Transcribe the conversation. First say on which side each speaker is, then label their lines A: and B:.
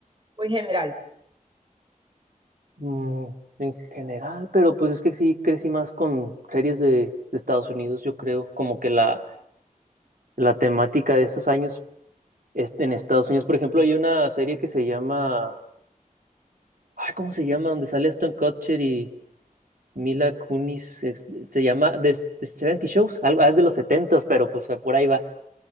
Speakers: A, on the right; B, on the right.
A: o en general?
B: Mm, en general, pero pues es que sí crecí más con series de, de Estados Unidos, yo creo, como que la, la temática de esos años es- en Estados Unidos, por ejemplo, hay una serie que se llama, ay, ¿cómo se llama? Donde sale Aston Kutcher y Mila Kunis, es- se llama The, The 70 Shows, algo ah, es de los 70 pero pues por ahí va.